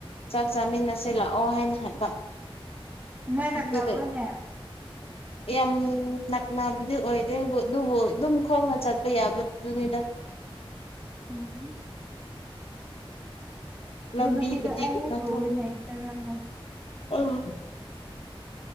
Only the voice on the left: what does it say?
ꯆꯥꯛ ꯆꯥꯃꯤꯟꯅꯁꯤ ꯂꯥꯛꯑꯣ ꯍꯥꯏꯅ ꯍꯥꯏꯕ
ꯑꯗꯨꯒ ꯌꯥꯝ ꯅꯛꯅꯕꯗꯤ ꯑꯣꯏꯗꯦꯕꯨ ꯑꯗꯨꯕꯨ ꯑꯗꯨꯝ ꯈꯣꯡꯅ ꯆꯠꯄ ꯌꯥꯕꯗꯨꯅꯤꯗ
ꯂꯝꯕꯤꯕꯨꯗꯤ
ꯅꯊꯣꯒꯅꯤ
ꯑꯥ